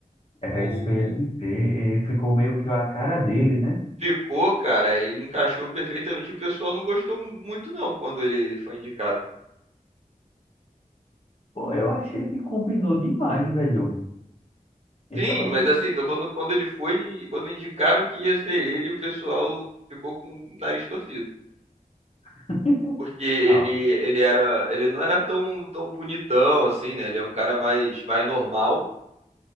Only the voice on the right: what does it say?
O,
Ficou, cara, ele encaixou perfeitamente. O pessoal não gostou muito, não, quando ele foi indicado.
Sim,
mas
assim, tô falando quando ele foi, quando indicaram que ia ser ele, o pessoal ficou com o nariz torcido.
Porque
ele, ele era, ele não era tão, tão bonitão assim, né? Ele é um cara mais, mais normal.